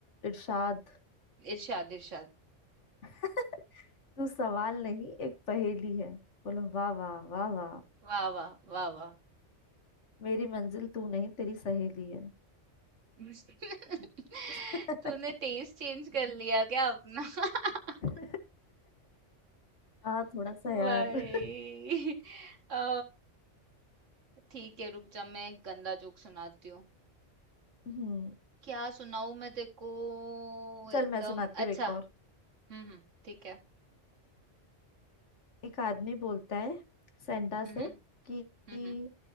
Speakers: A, on the left (about 75°); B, on the right (about 85°).
A: इरशाद
B: इरशाद इरशाद
A: <laughs> तू सवाल नहीं एक पहेली है बोलो वाह वाह वाह वाह
B: वाह वाह वाह वाह
A: मेरी मंजिल तू नहीं तेरी सहेली
B: <laughs>
A: है
B: तूने
A: <laughs>
B: टेस्ट चेंज कर लिया क्या अपना <laughs>
A: <laughs> हाँ थोड़ा सा
B: भाई
A: यार <laughs>
B: आ, ठीक है रुक जा मैं एक गंदा जोक सुनाती हूँ
A: हम्म
B: क्या सुनाऊं मैं तेको
A: चल
B: एकदम
A: मैं सुनाती हूँ
B: अच्छा
A: एक और
B: हम्म हम्म ठीक है
A: एक आदमी बोलता है सेंटा
B: हम्म
A: से कि, कि
B: हम्म हम्म।